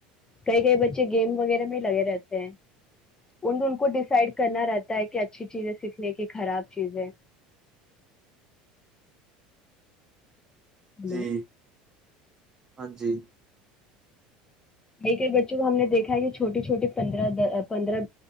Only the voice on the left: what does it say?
کئی کئی بچے گیم وغیرہ میں لگے رہتے ہیں ان ان کو ڈسائڈ کرنا رہتا ہے کہ اچھی چیزیں سیکھنے کی خراب چیزیں ہیلو
ک کئی بچوں کو ہم نے دیکھا ہے کہ چھوٹی چھوٹی پندرہ پندرہ